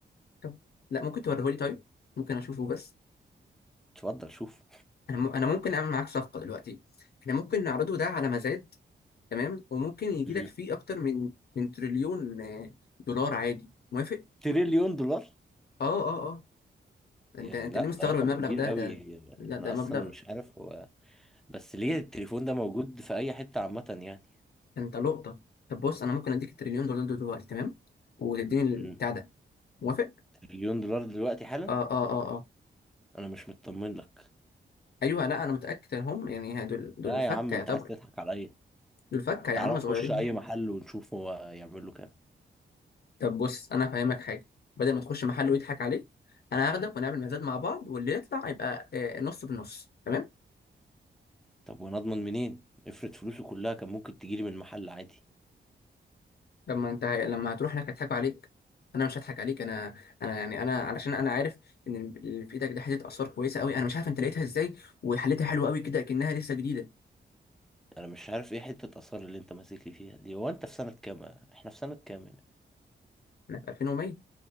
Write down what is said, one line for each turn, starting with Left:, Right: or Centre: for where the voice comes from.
Left: طب لا ممكن توريهولي طيب ممكن اشوفه بس
Centre: اتفضل شوف
Left: انا م... انا ممكن اعمل معاك صفقه دلوقتي احنا ممكن نعرضه ده على مزاد تمام وممكن يجي
Centre: مم.
Left: لك فيه اكتر من من تريليون آه، دولار عادي موافق
Centre: تريليون دولار
Left: اه اه اه انت
Centre: يا
Left: انت
Centre: لا
Left: ليه مستغرب
Centre: ده رقم
Left: المبلغ
Centre: كبير
Left: ده
Centre: قوي
Left: ده لا
Centre: انا
Left: ده
Centre: اصلا
Left: مبلغ
Centre: مش عارف هو بس ليه التليفون ده موجود في اي حتة عامة يعني
Left: انت لقطه طب بص انا ممكن اديك التريليون دولار دول دلوقتي تمام وتديني البتاع
Centre: مم.
Left: ده موافق
Centre: تريليون دولار دلوقتي حالا
Left: اه اه اه اه
Centre: انا مش مطمن لك
Left: ايوه لا انا متاكد انهم يعني دول دول
Centre: لا
Left: الفكه
Centre: يا عم انت
Left: يعتبر
Centre: عايز تضحك على ايه
Left: دول فكة يا
Centre: تعال
Left: عم صغيرين
Centre: نخش اي محل ونشوف هو يعمل له كام
Left: طب بص انا فاهمك حاجه بدل ما تخش محل ويضحك عليك انا هاخدك ونعمل مزاد مع بعض واللي يطلع يبقى آه، نص بالنص تمام
Centre: طب وانا اضمن منين افرض فلوسه كلها كان ممكن تجيلي من محل عادي
Left: لما انت هي... لما هتروح هناك هيضحكوا عليك انا مش هضحك عليك انا انا يعني انا علشان انا عارف ان اللي في ايدك ده حته اثار كويسه قوي انا مش عارف انت لقيتها ازاي وحلتها حلو قوي كده كانها لسه جديده
Centre: انا مش عارف ايه حتة اثار اللي انت ماسك لي فيها دي هو انت في سنة كام احنا في سنة كام هنا
Left: انا في 2100